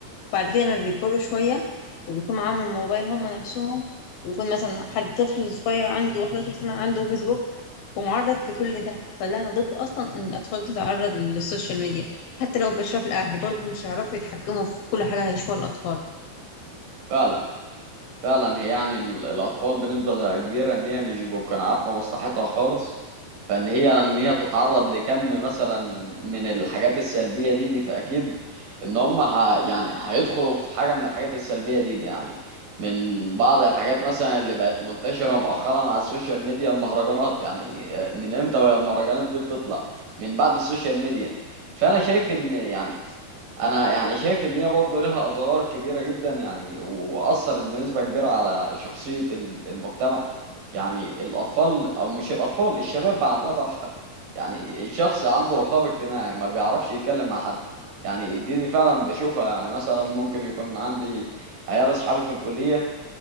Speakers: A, on the left (about 75°); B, on the right (about 65°).
A: وبعد كده لما بيكبروا شويه وبيكون معاهم الموبايل هم نفسهم ويكون مثلا حد طفل صغير عنده 11 سنة عنده فيسبوك ومعرض لكل ده فلا أنا ضد أصلا إن الأطفال تتعرض للسوشيال ميديا حتى لو بإشراف الأهل برضه مش هيعرفوا يتحكموا في كل حاجة هيشوفوها الأطفال
B: فعلا فعلا هي يعني ال- الأطفال بنسبة كبيرة إن هي مش بتكون عارفة مصلحتها خالص فإن هي إن هي تتعرض لكم مثلا من الحاجات السلبية دي دي فأكيد إن هم ه... يعني هيدخلوا في حاجة من الحاجات السلبية دي دي يعني من بعض الحاجات مثلا اللي بقت منتشرة مؤخرا على السوشيال ميديا المهرجانات يعني آه، من إمتى وهي المهرجانات دي بتطلع من بعد السوشيال ميديا فأنا شايف إن يعني انا يعني شايف ان هي برضه لها اضرار كبيره جدا يعني و- واثرت بنسبه كبيره على شخصيه ال- المجتمع يعني الاطفال او مش الاطفال الشباب بقى عندها توحد يعني الشخص عنده رهاب اجتماعي ما بيعرفش يتكلم مع حد يعني دي, دي فعلا بشوفها يعني مثلا ممكن يكون عندي عيال اصحابي في الكليه